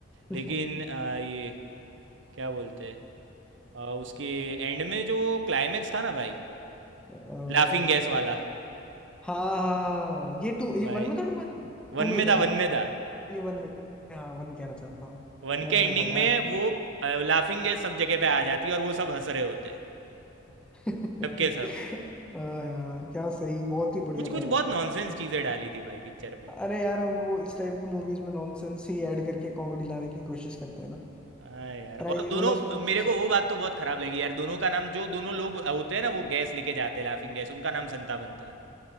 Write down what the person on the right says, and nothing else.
लेकिन
आ, ये क्या बोलते हैं आ, उसके एंड में जो क्लाइमेक्स था ना भाई
लाफिंग गैस वाला
भाई
वन
में
था
वन में था
वन
के
एंडिंग
में वो लाफिंग गैस सब जगह पे आ जाती है और वो सब हंस रहे होते हैं
सबके सब
कुछ कुछ
बहुत नॉनसेंस
चीज़ें डाली थी भाई पिक्चर में
हाँ यार
और दोनों
मेरे को वो बात तो बहुत खराब लगी यार दोनों का नाम जो दोनों लोग होते हैं ना वो गैस लेके जाते हैं लाफिंग गैस उनका नाम संता बनता है।